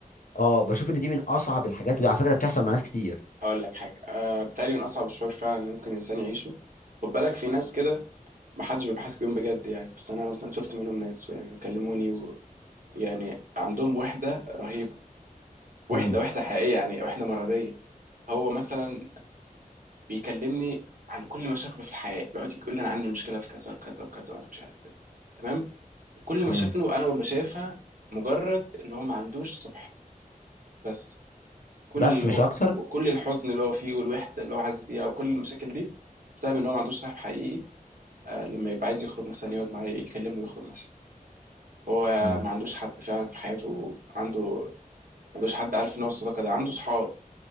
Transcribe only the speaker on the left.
اه بشوف ان دي من اصعب الحاجات وعلى فكره بتحصل مع ناس كتير
امم
امم
بس مش اكتر
امم